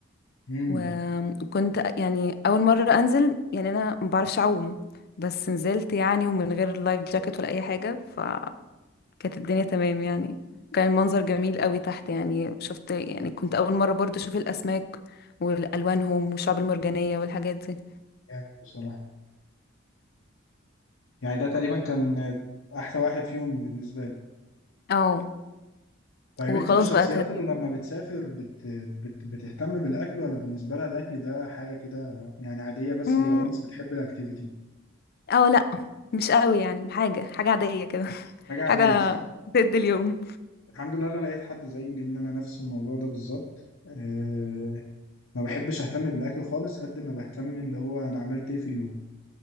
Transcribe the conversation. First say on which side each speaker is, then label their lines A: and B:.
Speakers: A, on the left; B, on the left.
A: امم
B: وكنت يعني اول مرة انزل يعني انا ما بعرفش اعوم بس نزلت يعني ومن غير لايف جاكيت ولا اي حاجة فكانت الدنيا تمام يعني كان المنظر جميل قوي تحت يعني شفت يعني كنت اول مرة برضو اشوف الاسماك والوانهم والشعب المرجانية والحاجات دي
A: جامد بصراحة يعني ده تقريبا كان احلى واحد فيهم بالنسبة لي
B: اه
A: طيب
B: وخلاص
A: انت من الشخصيات
B: بقى اتهدي
A: اللي لما بتسافر بت... بت... بتهتم بالاكل ولا بالنسبة لها الاكل ده حاجة كده يعني عادية بس
B: امم
A: هي وانس بتحب الاكتيفيتي
B: اه لا مش قوي يعني حاجة حاجة عادية كده <laughs>
A: حاجة عادية
B: حاجة
A: صح
B: تدي اليوم
A: الحمد لله انا لقيت حد زيي لان انا نفس الموضوع ده بالظبط أه ما بحبش اهتم بالاكل خالص قد ما بهتم اللي هو انا عملت ايه في اليوم